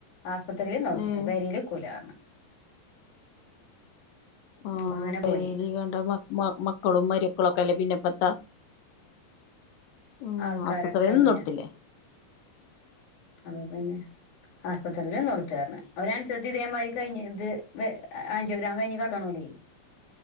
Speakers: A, on the left; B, on the left.
A: ആശുപത്രിയിൽ നിന്നെടത്തിട്ട്
B: ഏഹ്
A: പേരല് നികുലാന്ന്
B: ആഹ്
A: അപ്പങ്ങനെ
B: പെരെലികണ്ട
A: പോയി
B: മ മ മക്കളും മരിക്കളൊക്കെ ഇല്ല പിന്നെപ്പത്ത ഉം
A: ആൾക്കാരൊക്കെല്ലേ
B: ആസ്പത്രില് നിന്നൊടുത്തില്ലേ
A: അത് പിന്നെ ആസ്പത്രിയില നി ണൊടുത്തെ പറഞ്ഞെ അവര് സത്യതേമാരി കഴിഞ്ഞ ഇത് ആറ്റിഗ്രാം കഴിഞ്ഞ് കെടക്കണോല്